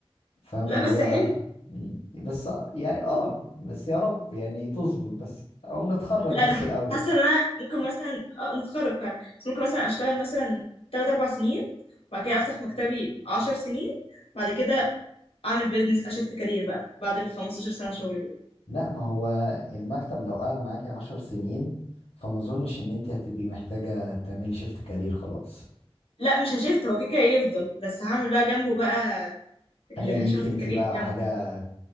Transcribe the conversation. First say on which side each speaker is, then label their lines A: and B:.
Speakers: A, on the left (about 85°); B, on the left (about 70°).
A: فاهم
B: لا
A: اللي
B: بس
A: هو
B: حلو
A: م- بس يعني اه بس يا رب يعني تظبط بس او نتخرج
B: لا
A: بس
B: انا
A: الاول
B: حاسه ان انا ممكن مثلا اه نتخرج فعلا بس ممكن مثلا اشتغل مثلا 3 4 سنين وبعد كده افتح مكتبي 10 سنين بعد كده اعمل بيزنس اشفت كارير بقى بعد ال 15 سنه شغل دول
A: لا ما هو المكتب لو قعد معاكي عشر سنين فما اظنش ان انت هتبقي محتاجة تعملي شيفت كارير خلاص
B: لا مش هشفت هو كده كده يفضل بس هعمل بقى جنبه بقى يعني
A: حاجة ليكي
B: هشفت
A: انت
B: كارير
A: بقى
B: جنبه
A: حاجة